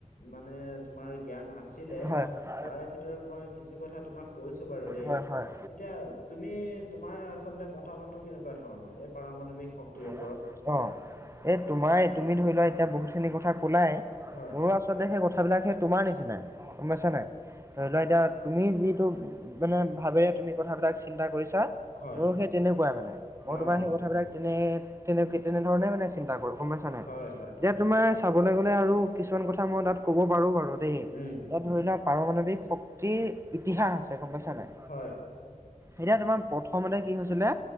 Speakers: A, on the left; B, on the right.
A: মানে তোমাৰ জ্ঞান আছিলে,
B: হয়, হয়,
A: তাৰে ভিতৰত মই কিছু কথাত তোমাক কৈছো বাৰু দেই।
B: হয়, হয়,
A: এতিয়া তুমি তোমাৰ আচলতে মতামতটো কেনেকুৱা ধৰণৰ এই পাৰমাণৱিক শক্তিৰ ও
B: অঁ! এ তোমাৰ তুমি ধৰি লোৱা এতিয়া বহুতখিনি কথা <unintelligible> শোলাই <unintelligible>
A: হয়,
B: মোৰো আচলতে সেই কথাবিলাক সেই তোমাৰ নিচিনাই গম পাইছা নাই? ধৰি লোৱা এতিয়া তুমি যিটো মানে ভাবেৰে তুমি কথাবিলাক চিন্তা কৰিছা,
A: হয়,
B: মোৰো সেই তেনেকুৱাই মানে মই
A: অ'
B: তোমাৰ
A: অ'
B: সেই কথাবিলাক <unintelligible> তেনে-তেনে তেনেধৰণে মানে চিন্তা কৰোঁ গম পাইছা নাই?
A: হয়, হয়,
B: এতিয়া <unintelligible> তোমাৰ চাবলৈ গ'লে আৰু কিছুমান কথা মই তাত <unintelligible> ক'ব পাৰোঁ বাৰু দেই।
A: উম
B: তাত ধৰি লোৱা পাৰমাণৱিক শক্তিৰ ইতিহাস আছে <unintelligible> <unintelligible> এতিয়া গম পাইছা নাই?
A: হয়,
B: এতিয়া তোমাৰ প্ৰথমতে কি হৈছিলে